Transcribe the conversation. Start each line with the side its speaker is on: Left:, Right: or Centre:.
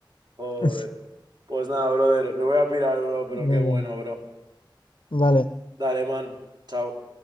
Right: Joder.
Left: <laughs>
Right: Pues nada, brother, me voy a pirar, bro, pero
Left: Vale,
Right: qué bueno, bro.
Left: vale.
Right: Dale, man. Chao.